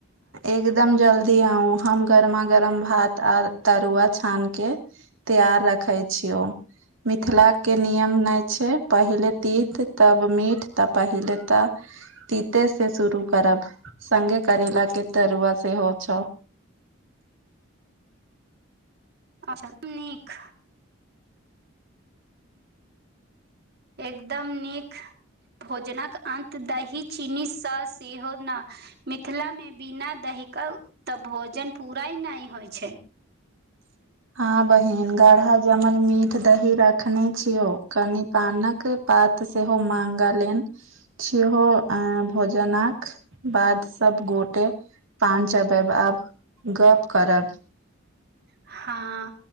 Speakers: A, on the right; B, on the right.
A: एकदम जल्दी आउ हम गरमा गरम भात आर तरुआ छानि के तैयार रखै छियौ मिथिलाके नियम नहि छै पहिले तीत तब मीठ तऽ पहिले तऽ तीते से शुरू करब सगे करैला केँ तरुआ से हो छौअ
B: अच्छा नीक एकदम नीक भोजनक अन्त दही चीनीसँ सेहो न मिथिला में बिना दहि क तऽ भोजन पूरा नहि होइ छै
A: हँ बहिन गढ़ा जमल मीठ दही रखने छियौ कनि पानक पात सेहो मांगलानि सेहो अ भोजनाक बाद सब गोटे पान चब आब गप करब
B: हँ